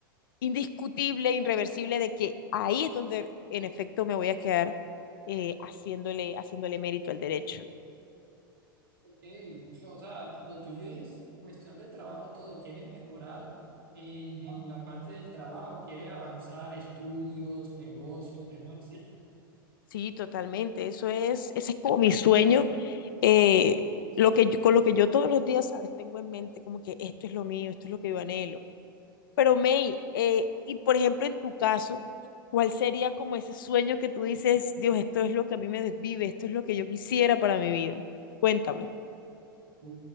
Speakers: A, on the left (about 65°); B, on the right (about 75°).
A: indiscutible, irreversible, de que ahí es donde en efecto me voy a quedar eh, haciéndole, haciéndole mérito al derecho.
B: Sí, o sea, lo tuyo es cuestión de trabajo todo. Quieres mejorar en, en la parte del trabajo, quieres avanzar estudios, negocios, demás, ¿sí?
A: Sí, totalmente. Eso es, ese es como mi sueño, eh, lo que yo- con lo que yo todos los días, ¿sabes? Tengo en mente como que esto es lo mío, esto es lo que yo anhelo. Pero May, eh, y por ejemplo en tu caso, ¿cuál sería como ese sueño que tú dices, Dios, esto es lo que a mí me desvive, esto es lo que yo quisiera para mi vida? Cuéntame.
B: Uh,